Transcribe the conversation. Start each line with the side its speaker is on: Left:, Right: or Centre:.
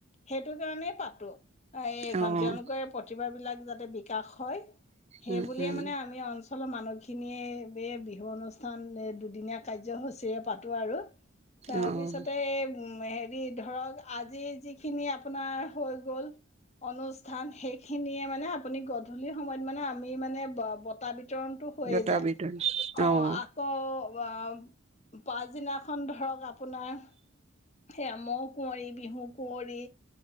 Left: সেইটো কাৰণেই পাত- এইখন,
Right: অ',
Left: তেওঁলোকৰ এই প্ৰতিভাবিলাক যাতে- বিকাশ হয়। সেই
Right: উম,
Left: বুলিয়ে
Right: উম,
Left: মানে আমি অল- লৰ মানুহখিনিয়ে বে <unintelligible> অনুষ্ঠান এই দুদিনীয়া কাৰ্যসূচীৰে পাতো আৰু। তাৰ
Right: অ',
Left: পিছতে- উম- হে- ধৰক আজি যিখিনি আপোনাৰ হৈ গ'ল, অনুষ্ঠান শেষ। সেইখিনিয়ে মানে আপুনি গধূলি সময়ত মানে আমি মানে বতা বিতৰণ বিতৰণটো হৈয়ে
Right: বটা
Left: যায়।
Right: বিতৰণ
Left: অঁ
Right: অ-
Left: আকৌ পাছদিনাখন ধৰক আপোনাৰ সেইয়া মৌ কুঁৱৰী, বিহু কুঁৱৰী,